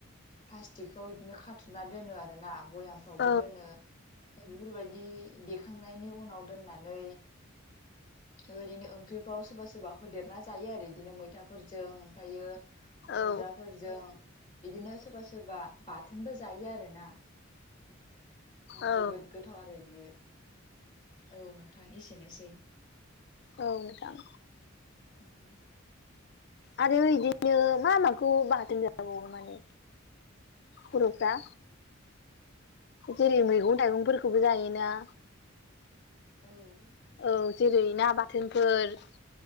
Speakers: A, on the left; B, on the left.
A: प्लास्टिकफ्राव बिदिनो खाथुमना दोनो आरोना भयामफ्रावबो
B: औ
A: दोनो बेफोरबायदि देखांनायनि उनाव दोननानै बेबायदिनो ओंख्रिफ्राव सोरबा सोरबा होदेरना जायो आरो बिदिनो मैथाफोरजों ओमफ्रायो खुमब्राफोरजों
B: औ
A: बिदिनो सोरबा सोरबा बाथोनबो जायो आरोना
B: औ
A: जोबोद गोथाव आरो बियो औ नोंथां एसेनोसै
B: औ नोंथां।
A: ओं
B: आरो इदिनो मा माखौ बाथोन जाजाबावो माने बर'फ्रा जेरै मैगं थाइगंफोरखौबो जायोना।
A: औ
B: औ जेरै ना बाथोनफोर